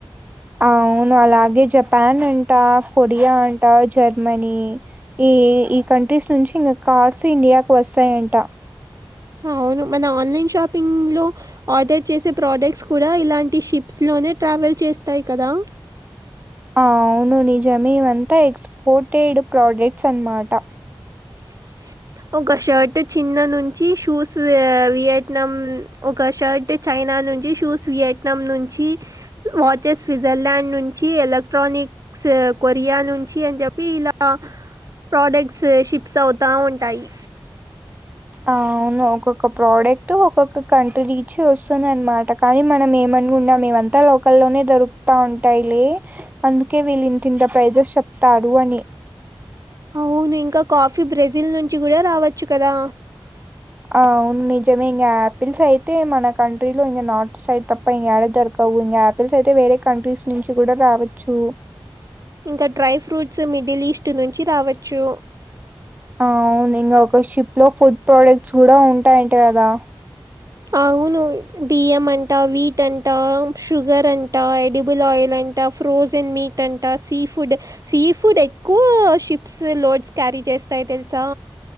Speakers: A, on the right (about 20°); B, on the right (about 40°).
A: అవును అలాగే జపాన్ అంటా కొరియా అంటా జర్మనీ ఈ ఈ కంట్రీస్ నుంచి ఇంగ కార్స్ ఇండియాకు వస్తాయంట
B: అవును మన ఆన్లైన్ షాపింగ్ లో ఆర్డర్ చేసే ప్రోడక్ట్స్ కూడా ఇలాంటి షిప్స్ లోనే ట్రావెల్ చేస్తాయి కదా
A: ఆ అవును నిజమేవంత ఎక్స్పోర్టెడ్ ప్రోడక్ట్స్ అనమాట
B: ఆహా ఒక షర్ట్ చిన్న నుంచి షూస్ వి వియట్నాం ఒక షర్ట్ చైనా నుంచి షూస్ వియట్నాం నుంచి వాచెస్ స్విట్జర్లాండ్ నుంచి ఎలక్ట్రానిక్ కొరియా నుంచి అని చెప్పి ఇలా ప్రొడక్ట్స్ షిప్ అవుతా ఉంటాయి
A: అవును ఒక్కొక్క ప్రోడక్ట్ ఒక్కొక్క కంట్రీ నుంచి వస్తుంది అనమాట కానీ మనం ఏమనుకున్నాం ఏమంతా లోకల్లోనే దొరుకుతా ఉంటాయిలే అందుకే వీళ్ళు ఇంతింత ప్రైజస్ చెప్తారు అని
B: అవును ఇంకా కాఫీ బ్రెజిల్ నుంచి కూడా రావచ్చు కదా
A: అవును నిజమే ఇంగా ఆపిల్స్ అయితే మన కంట్రీలో ఇం నార్త్ సైడ్ తప్ప ఇగా యాడదోరుకవు అయితే వేరే కంట్రీస్ నుంచి కూడా రావచ్చు
B: ఇంకా డ్రై ఫ్రూట్స్ మిడిల్ ఈస్ట్ నుంచి రావచ్చు
A: అవును ఇంకా ఒక షిప్ లో ఫుడ్ ప్రోడక్ట్స్ కూడా ఉంటాయంటే కదా
B: అవును బియ్యం అంటా వీట్ అంటా షుగర్ అంటా ఎడిబుల్ ఆయిల్ అంటా ఫ్రోజన్ మీట్ అంటా సీ ఫుడ్ సీ ఫుడ్ ఎక్కువ షిప్స్ లోడ్స్ క్యారీ చేస్తాయి తెలుసా